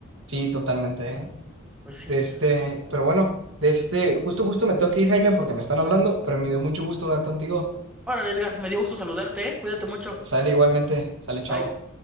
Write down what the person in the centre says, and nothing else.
Pues sí.
Ahora, Edgar, me dio gusto saludarte, ¿eh? Cuídate mucho.
Bye.